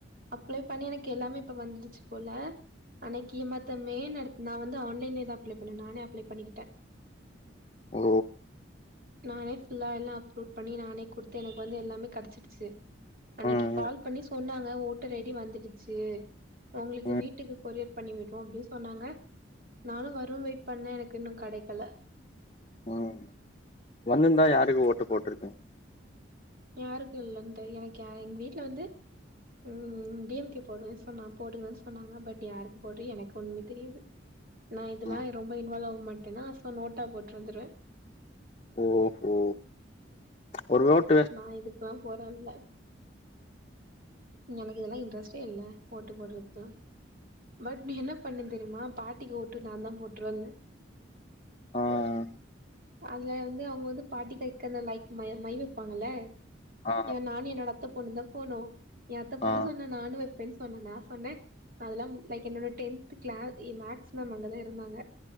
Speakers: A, on the right; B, on the left.
A: அப்ளை பண்ணி எனக்கு எல்லாமே இப்ப வந்துடுச்சு போல அன்னக்கியமத்த மேன் அடுத்து நான் வந்து ஆன்லைன்ல அப்ளை பண்ணேன் நானே அப்ளை பண்ணிக்கிட்டே
B: ஓ
A: நானே ஃபுல்லா எல்லா அப்லோட் பண்ணி நானே குடுத்து எனக்கு வந்து எல்லாமே கடைச்சிட்டு ச்சு அன்னைக்கு
B: ம்
A: கால் பண்ணி சொன்னாங்க ஓட்டர் ஐடி வந்துடுச்சு உங்களுக்கு
B: ம் ம்
A: வீட்டுக்கு கொரியர் பண்ணி விடுறோ அப்படின்னு சொன்னாங்க நானு வரும் வெயிட் பண்ணே எனக்கு இன்னோ கிடைக்கல
B: ம் வந்துர்ந்தா யாருக்கு ஓட்டு போட்டுருப்ப
A: யாருக்கு இல்லன்னு தெரியு எனக்கு யா எங்க வீட்டுல வந்து ம் டி எம் கே போடுவேன்னு சொன்னா போடுவன்னு சொன்னாங்க பட் யாருக்கு போட்ற எனக்கு ஒன்னுமே தெரியாது நா இதெல்லா
B: ம்
A: ரொம்ப இன்வால்வ் ஆவ மாட்டேன்னா ஸோ நோட்டா போட்டு வந்துருவே
B: ஓஹோ ஒரு நோட்
A: நா இதுக்குல்லா போற ஆள் இல்ல எனக்கு இதெல்லா இன்ட்ரெஸ்ட்டே இல்ல ஓட்டு போடுறதுக்குலா பட் நா என்ன பண்ணே தெரியுமா பாட்டிக்கு ஓட்டு நான் தா போட்டு வந்தே
B: ம் ம்
A: அதுல வந்து அவங்க வந்து பாட்டி கைக் அந்த லைக் ம மை வைப்பாங்கல்ல
B: ஆ
A: ஏன் நானு என்னோட அத்த பொண்ணு தா போனோ என் அத்தை பொண்ணு
B: ஆ
A: சொன்னா நானு வைப்பேன்னு சொன்னா நா சொன்னே அதெல்லாம் லைக் என்னோட டென்த் கிளா மேக்ஸ் மேம் அங்கதா இருந்தாங்க